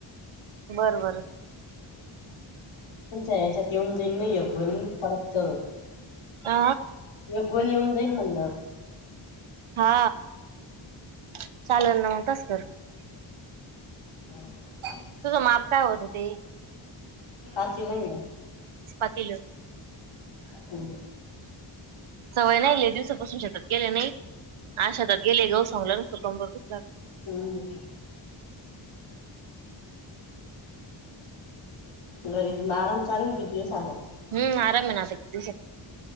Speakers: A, on the right (about 75°); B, on the left (about 65°).
A: बर बर.
B: तुमच्या याच्यात येऊन जाईल ना एक गोनी परत
A: आ
B: एक गोळी येऊन जाईल म्हणलं.
A: हा चालेल ना मंग तस कर...
B: हां.
A: तुझं माप काय होतं ते?
B: हां केलय ना.
A: पातील
B: हम्म
A: सवय नाही लई दिवसापासून शेतात गेले नाही आज शेतात गेले गहू सांगला नुस्ती कंबर दुखु लागली.
B: हम्म. घरी अराम चालू ये कीती दिवस आता?
A: हम्म आराम ये ना दिवसे